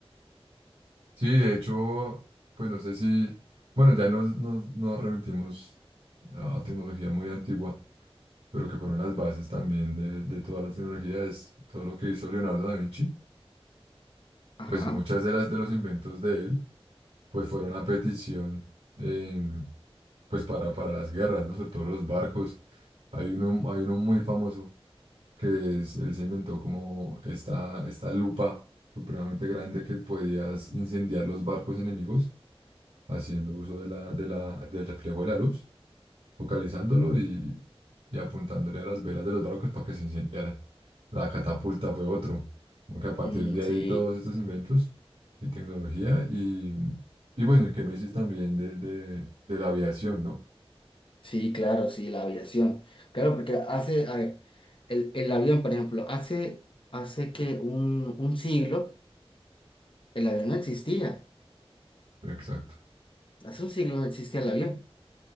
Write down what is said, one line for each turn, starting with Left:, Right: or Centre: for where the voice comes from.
Right: Sí, de hecho, pues no sé si, bueno, ya nos, nos, nos remitimos a a tecnología muy antigua, pero que fueron las bases también de, de toda la tecnología, es todo lo que hizo Leonardo da Vinci
Left: Ajá.
Right: pues muchas de las de los inventos de él, pues fueron a petición, eh, pues para, para las guerras, ¿no? Sobre todo los barcos. Hay uno, hay uno muy famoso que es, él se inventó como esta, esta lupa supremamente grande que podías incendiar los barcos enemigos haciendo uso de la, de la, del reflejo de la luz focalizándolo y, y apuntándole a las velas de los barcos para que se incendiaran. La catapulta fue otro, porque a partir
Left: Mm,
Right: de ahí
Left: sí,
Right: todos estos inventos y tecnología y, y bueno, y que me dices también de, de, de la aviación, ¿no?
Left: sí, claro, sí, la aviación. Claro, porque hace, a ver, el, el avión, por ejemplo, hace, hace que un, un siglo El avión no existía.
Right: Exacto.
Left: Hace un siglo no existía el avión.